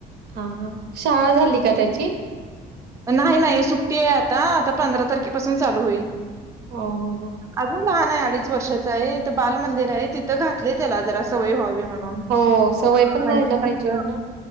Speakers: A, on the right; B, on the right.
A: हा हा शाळा झाली का त्याची.
B: नाही नाही सुट्टीये आता, आता पंधरा तारखेपासून चालू होईल.
A: हो हो हो.
B: अजून लहान आहे अडीच वर्षाचाये इथं बाल मंदिरे तिथं घातले त्याला जरा सवय व्हावी म्हणू णुन
A: हो, सवय पण
B: म्हन्जे
A: व्हायला पाहिजे
B: कसं
A: म्हणा.